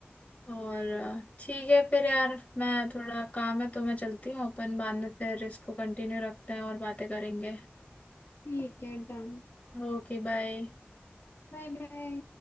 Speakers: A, on the left; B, on the left.
A: और अ, ठीक है फिर यार मैं थोड़ा काम है तो मैं चलती हूँ अपन बाद में फिर इसको कंटिन्यू रखते हैं और बातें करेंगे
B: ठीक है डन
A: Okay bye
B: Bye bye